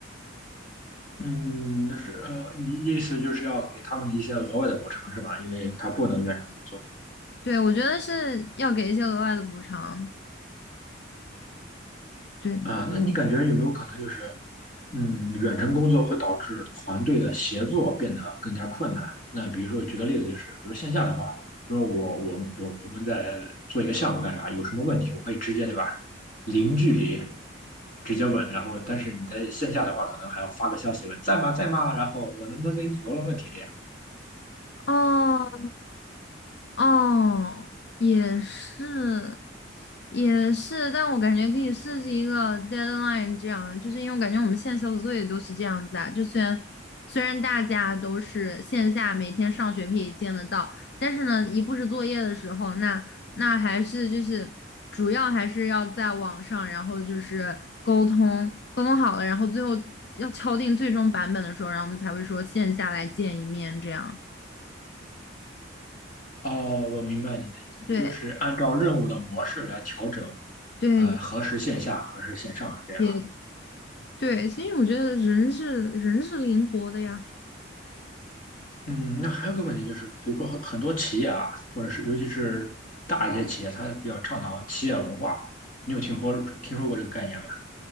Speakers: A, on the left; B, on the left.
A: 嗯，那是呃，你意思就是要给他们一些额外的补偿是吧？因为他不能远程工作。
B: 对，我觉得是要给一些额外的补偿。对。
A: 啊，那你感觉有没有可能就是，嗯，远程工作会导致团队的协作变得更加困难？那比如说举个例子，就是比如线下的话，比如说我我我我们在做一个项目干啥，有什么问题我可以直接对吧，零距离直接问，然后但是你在线下的话，可能还要发个消息问在吗在吗，然后我能不能给你组了问题这样。
B: 哦，哦，也是，也是，但我感觉可以设置一个 deadline，这样，就是因为我感觉我们现在小组作业都是这样子啊，就虽然虽然大家都是线下每天上学可以见得到，但是呢，一布置作业的时候，那那还是就是主要还是要在网上，然后就是沟通沟通好了，然后最后要敲定最终版本的时候，然后我们才会说线下来见一面，这样，
A: 哦，我明白你的意思，你就是按照任务的模式来调整，
B: 对对对。
A: 呃，核实线下，核实线上。这样。
B: 也对，其实我觉得人是人是灵活的呀。
A: 嗯，那还有个问题就是，比如说很很多企业啊，或者是尤其是大一些企业，它比较倡导企业文化。你有听说听说过这个概念吗？